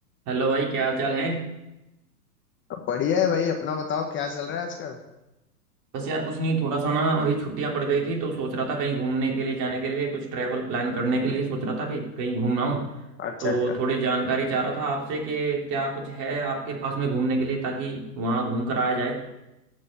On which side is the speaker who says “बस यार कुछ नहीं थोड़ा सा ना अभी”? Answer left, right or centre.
Right